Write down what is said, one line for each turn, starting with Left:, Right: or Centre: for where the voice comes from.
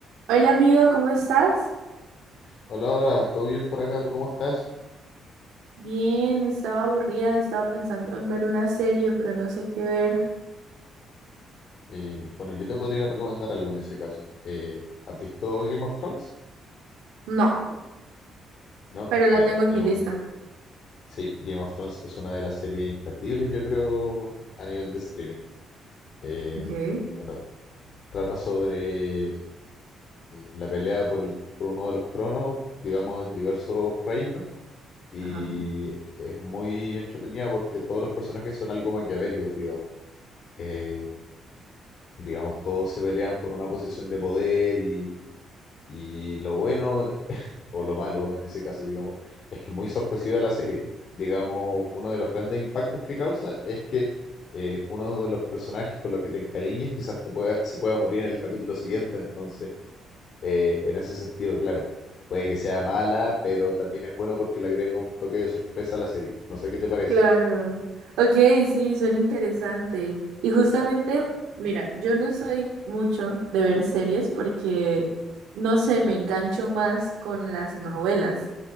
Right: Hola amigo, ¿cómo estás?
Left: Hola, hola, ¿todo bien por acá? ¿Tú cómo estás?
Right: Bien, estaba aburrida, estaba pensando en ver una serie, pero no sé qué ver.
Left: Eh, bueno, yo te podría recomendar algo en ese caso. Eh, ¿has visto Game of Thrones?
Right: No,
Left: No,
Right: pero
Left: bueno,
Right: la tengo en
Left: Game
Right: mi lista.
Left: of... Sí, Game of Thrones es una de las series imperdibles, yo creo, a nivel de streaming. Eh,
Right: Okay,
Left: bueno, trata sobre eh, la pelea por el- por uno de los tronos, digamos, en diversos reinos, y
Right: ajá.
Left: es muy entretenida porque todos los personajes son algo maquiavélicos, digamos. Eh, digamos, todos se pelean por una posición de poder y, y lo bueno, eh, o lo malo en ese caso, digamos, es que es muy sorpresiva la serie. Digamos, uno de los grandes impactos que causa es que eh, uno de los personajes con los que te encariñes quizás te pueda, se pueda morir en el capítulo siguiente, entonces, eh, en ese sentido, claro, puede que sea mala, pero también es bueno porque le agrega un toque de sorpresa a la serie. No sé qué te parece.
Right: Claro. Ok, sí, suena interesante. Y justamente, mira, yo no soy mucho de ver series porque, no sé, me engancho más con las novelas,